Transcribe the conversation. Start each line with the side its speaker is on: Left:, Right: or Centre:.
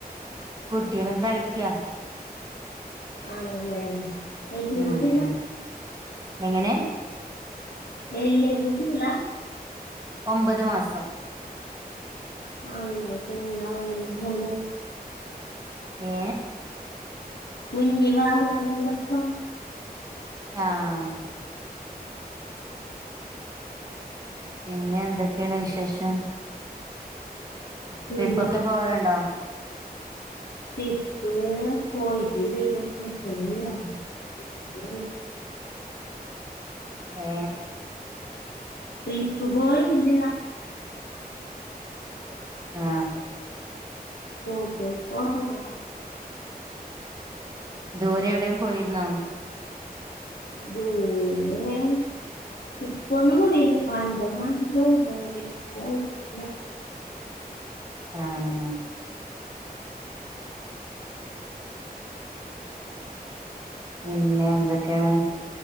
Right: കുട്ടികളും കളിക്കാം
Left: ആണല്ലേ എന്ത്
Right: ഉം
Left: കുട്ടിയ
Right: എങ്ങനെ
Left: വല്യ കുട്ടികള
Right: ഒമ്പത് മാസം
Left: ആല്ലിയല്ല <inaudible>
Right: ഏ
Left: കുഞ്ഞി വാവ ആണല്ലോ <inaudible>
Right: ആ...... പിന്നെ എന്തൊക്കെയാണ് വിശേഷം
Left: പിന്ന
Right: ട്രിപ്പൊക്കെ പോവാറുണ്ടോ
Left: ടിപ്പ പോയിട്ടില്ല ഇല്ല <inaudible> ഉം
Right: ഏ.....
Left: ട്രിപ്പ് പോയി ഇന്നതാ
Right: ആ
Left: ഓ പോ പോ <unintelligible>
Right: ദൂരെ എവിടെയും പോയിരുന്നോ
Left: ദൂരെ ഇപ്പൊന്നും പോയീല പണ്ടെങ്ങാണ്ട് പോയതാണ് പിന്നെ പോയിട്ടില്ല
Right: ആഹ പിന്നെ എന്തൊക്കെയാണ്